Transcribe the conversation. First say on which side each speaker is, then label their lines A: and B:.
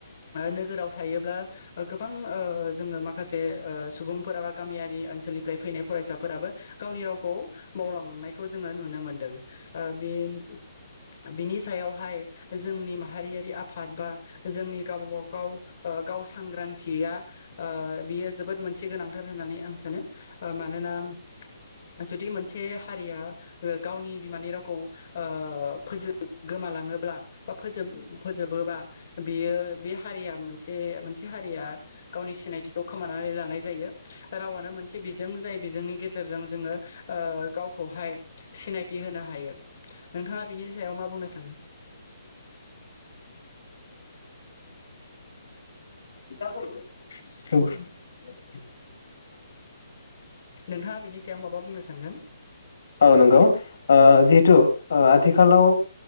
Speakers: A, on the left; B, on the left.
A: नोगोराव थायोब्ला गोबां ओ जोङो माखासे ओ सुबुंफोरा बा गामियारि ओनसोलनिफ्राय फैनाय फरायसाफोराबो गावनि रावखौ बावलांनाय खौ जोङ नुनो मोनदों ओ बेन बेनि सायावहाय जोंनि माहारियारि आफाद बा जोंनि गावबा गाव सांग्रांथिया आ बियो जोबोद मोनसे गोनांथार होननानै आं सानो आ मानोनाम जुदि मोनसे से हारिया <unintelligible> ओ गावनि बिमानि रावखौ ओ ओ फोजोब गोमालाङोब्ला बा फोजोब फोजोबोबा बियो बे हारिया मोनसे हारिया गावनि सिनायथिखौ खोमानानै लानाय जायो रावानो मोनसे बिजों जाय बिजोंनि गेजेरजों जोङो ओ गावखौहाय सिनायथि होनो हायो। नोंथाङा बिनि सायाव मा बुंनो सानो?
B: <unintelligible>
A: नोंथाङा बेनि सायाव माबा बुंनो सानगोन?
B: औ नंगौ ओ जिहेथु ओ आथिखालाव